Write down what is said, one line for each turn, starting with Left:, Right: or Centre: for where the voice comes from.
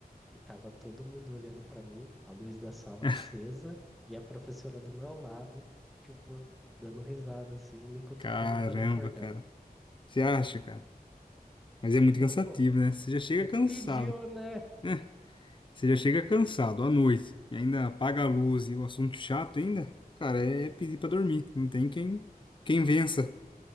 Centre: E tava todo mundo olhando pra mim, a luz da sala
Left: <laughs>
Centre: acesa e a professora do meu lado, tipo, dando risada assim, me cutucando
Left: Caramba,
Centre: pra me acordar.
Left: cara. Você acha, cara? Mas é muito
Centre: Falei,
Left: cansativo,
Centre: pô,
Left: né? Você já chega
Centre: você
Left: cansado.
Centre: pediu, né?
Left: É, você já chega cansado à noite. E ainda apaga a luz e o assunto chato ainda. Cara, é pedir pra dormir. Não tem quem, quem vença.